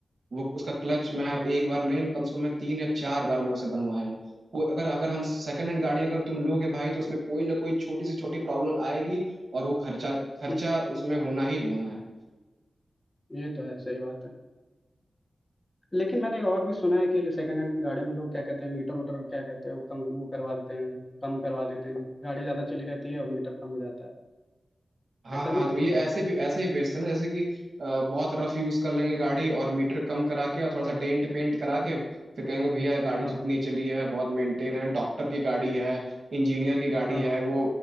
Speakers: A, on the right; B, on the left.
A: वो उसका क्लच मैं
B: हाँ
A: एक बार नहीं कम से कम मैं तीन या चार बार मैं उसे बनवाया हूँ कोई अगर अगर हम सेकंड हैंड गाड़ी अगर तुम लोगे भाई तो उसमें कोई ना कोई छोटी से छोटी प्रॉब्लम आएगी और वो खर्चा खर्चा
B: हम्म,
A: उसमें होना ही होना है
B: ये तो है सही बात है लेकिन मैंने और भी सुना है कि सेकंड हैंड गाड़ी में लोग क्या कहते हैं मीटर उटर क्या कहते हैं वो कम वो करवा देते हैं कम करवा देते हैं गाड़ी ज़्यादा चली रहती है और मीटर कम हो जाता है
A: हाँ
B: ऐसा
A: हाँ
B: भी कुछ
A: तो ये
B: होता
A: ऐसे
B: है
A: भी ऐसे ही बेचते हैं ना जैसे कि अ, बहुत रफ यूज कर लेंगे गाड़ी और मीटर कम करा के और थोड़ा सा डेंट पेंट करा के फिर कहेंगे भैया ये गाड़ी
B: हाँ
A: तो इतनी
B: हाँ
A: चली है बहुत मेंटेन है डॉक्टर की गाड़ी है इंजीनियर की गाड़ी
B: हाँ
A: है
B: हाँ
A: वो